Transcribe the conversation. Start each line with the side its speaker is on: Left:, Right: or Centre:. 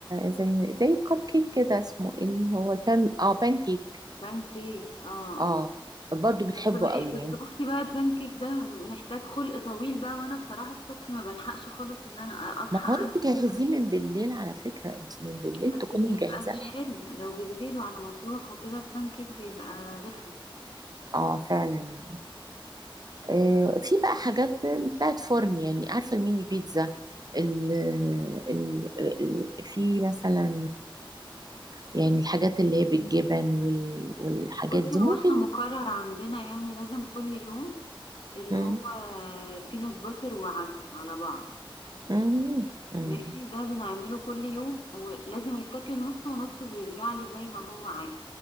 Right: زي زي الكب كيك كده اسمه ايه اللي هو البان اه بان كيك
Left: بانكيكس اه
Right: اه
Left: اه.
Right: برضو بتحبه
Left: بس مالي
Right: قوي
Left: بس
Right: يعني
Left: بصي بقى البانكيك ده محتاج خلق طويل بقى وانا بصراحة الصبح ما بلحقش خالص ان انا أ- اصحى
Right: ما هو انت
Left: اعمل
Right: جهزيه من بالليل على فكرة انت من بالليل
Left: بس
Right: تكوني
Left: بيبقى
Right: مجهزة
Left: مش
Right: لها
Left: حلو لو بالليل وعلى ما تروح وكده البانكيك بيبقى رخم
Right: اه فعلا يعني آه في بقى حاجات بتاعت فرن يعني عارفة الميني بيتزا ال ال ال- في مثلا يعني الحاجات اللي هي بالجبن وال والحاجات
Left: بصي
Right: دي ممكن
Left: هو احنا مقرر عندنا يعني لازم كل يوم اللي
Right: مم.
Left: هو بينات باتر وعسل على بعض
Right: مم. مم.
Left: ماشي ده بنعمله كل يوم ولازم يتاكل نص ونص ويرجع لي زي ما هو عايز